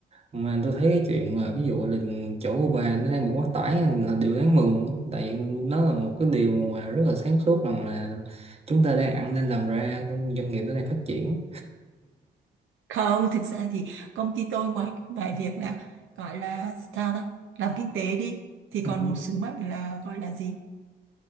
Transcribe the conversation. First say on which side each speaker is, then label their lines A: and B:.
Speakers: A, on the right (about 30°); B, on the right (about 80°).
A: mà tôi thấy cái chuyện mà ví dụ là chỗ của bà nó đang bị quá tải là điều đáng mừng tại nó là một cái điều mà rất là sáng suốt rằng là chúng ta đang ăn nên làm ra doanh nghiệp nó đang phát triển
B: không thực ra thì công ty tôi ngoài ngoài việc là gọi là sao ta làm kinh tế đi thì
A: Ừ.
B: còn một sứ mệnh là gọi là gì